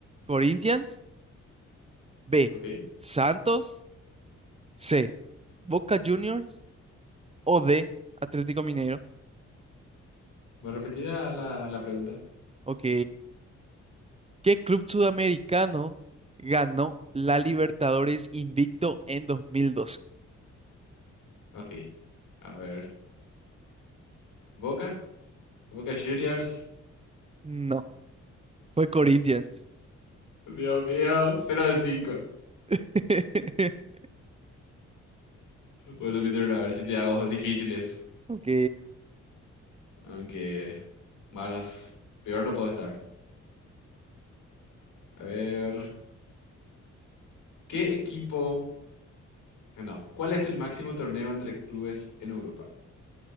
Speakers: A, on the right (about 20°); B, on the left (about 80°).
A: Corinthians, B,
B: Ok.
A: Santos, C, Boca Juniors o D, Atlético Mineiro.
B: ¿Me repetirá la, la pregunta?
A: Ok, ¿Qué club sudamericano ganó la Libertadores invicto en 2012?
B: Ok. A ver. ¿Boca? ¿Boca Juniors?
A: No, fue Corinthians.
B: Dios mío, 0 de 5.
A: <laughs>
B: Bueno, mi turno, a ver si te hago difíciles.
A: Ok,
B: Aunque más, peor no puedo estar. A ver, ¿qué equipo? ah, No, ¿cuál es el máximo torneo entre clubes en Europa?